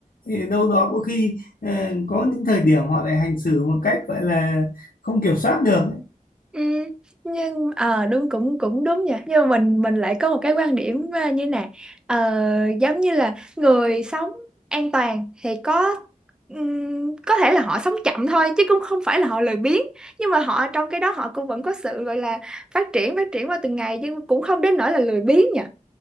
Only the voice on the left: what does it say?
thì đâu đó có khi ờ, có những thời điểm họ lại hành xử một cách gọi là không kiểm soát được